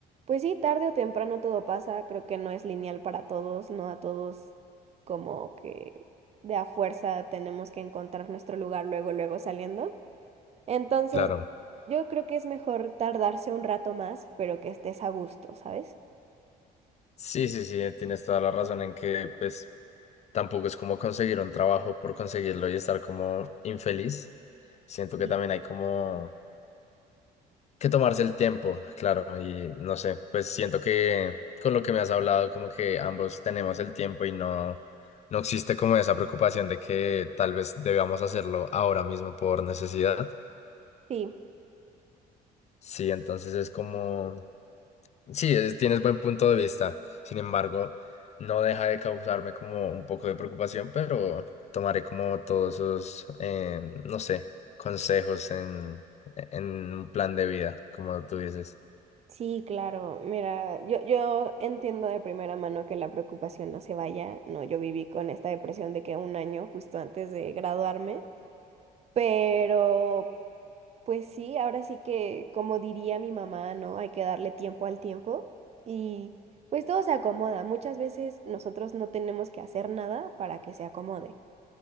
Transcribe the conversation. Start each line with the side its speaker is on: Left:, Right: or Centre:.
Right: pues sí, tarde o temprano todo pasa, creo que no es lineal para todos, no a todos como que de a fuerza tenemos que encontrar nuestro lugar luego, luego saliendo. Entonces,
Left: Claro.
Right: yo creo que es mejor tardarse un rato más, pero que estés a gusto, ¿sabes?
Left: Sí, sí, sí, tienes toda la razón en que pues Tampoco es como conseguir un trabajo por conseguirlo y estar como infeliz. Siento
Right: Sí.
Left: que también hay como que tomarse el tiempo, claro, y no sé, pues siento que con lo que me has hablado, como que ambos tenemos el tiempo y no, no existe como esa preocupación de que tal vez debamos hacerlo ahora mismo por necesidad.
Right: Sí,
Left: Sí, entonces es como Sí, es- tienes buen punto de vista. Sin embargo, no deja de causarme como un poco de preocupación, pero tomaré como todos esos, eh, no sé, consejos en, en un plan de vida, como tú dices.
Right: sí, claro. Mira, yo, yo entiendo de primera mano que la preocupación no se vaya. No, yo viví con esta depresión de que un año justo antes de graduarme, pero Pues sí, ahora sí que, como diría mi mamá, ¿no? Hay que darle tiempo al tiempo y pues todo se acomoda. Muchas veces nosotros no tenemos que hacer nada para que se acomode.